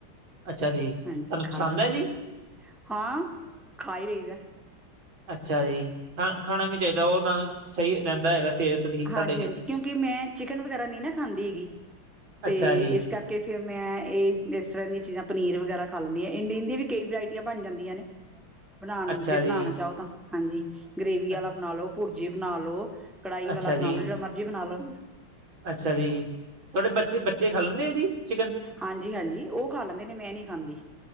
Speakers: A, on the right; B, in the centre.
A: ਅੱਛਾ ਜੀ ਤੁਹਾਨੂੰ
B: ਹਾਂਜੀ ਖਾ
A: ਪਸੰਦ
B: ਲੈਨੀ
A: ਹੈ ਜੀ
B: ਆ ਹਾਂ, ਖਾ ਹੀ ਰਹੀਦਾ।
A: ਅੱਛਾ ਜੀ, ਖਾ ਖਾਣਾ ਵੀ ਚਾਹੀਦਾ, ਉਹ ਤਾਂ ਸਹੀ ਰਹਿੰਦਾ ਹੈਗਾ ਸਿਹਤ ਲਈ
B: ਹਾਂਜੀ-ਹਾਂਜੀ,
A: ਸਾਡੇ ਲਈ
B: ਕਿਉਂਕਿ ਮੈਂ ਚਿਕਨ ਵਗੈਰਾ ਨਹੀਂ ਨਾ ਖਾਂਦੀ ਹੈਗੀ, ਤੇ
A: ਅੱਛਾ ਜੀ
B: ਇਸ ਕਰਕੇ ਕਿ ਫਿਰ ਮੈਂ ਇਹ ਇਸ ਤਰ੍ਹਾਂ ਦੀਆਂ ਚੀਜ਼ਾਂ ਪਨੀਰ ਵਗੈਰਾ ਖਾ ਲੈਂਦੀ ਹਾਂ, ਇੰਡੀਅਨ ਇਹ ਦੀਆਂ ਵੀ ਕਈ ਵਰਾਇਟੀਆਂ ਬਣ ਜਾਂਦੀਆਂ ਨੇ।
A: <unintelligible>
B: ਬਣਾਣ
A: ਅੱਛਾ
B: ਜੇ ਬਣਾਣਾ
A: ਜੀ
B: ਚਾਹੋ, ਤਾਂ ਹਾਂਜੀ ਗ੍ਰੇਵੀ ਵਾਲਾ
A: ਅੱਛ-
B: ਬਣਾ ਲੋ, ਭੁਰਜੀ ਬਣਾ ਲੋ। ਕੜਾਈ ਵਾਲਾ
A: ਅੱਛਾ
B: ਬਣਾ
A: ਜੀ
B: ਲੋ, ਜੇੜਾ ਮਰਜ਼ੀ ਬਣਾ ਲੋ।
A: ਅੱਛਾ ਜੀ, ਤੁਆਡੇ ਬੱਚੇ- ਬੱਚੇ ਖਾ ਲੈਂਦੇ ਐ ਜੀ, ਚਿਕਨ।
B: ਹਾਂਜੀ-ਹਾਂਜੀ, ਉਹ ਖਾ ਲੈਂਦੇ ਨੇ, ਮੈਂ ਨੀ ਖਾਂਦੀ।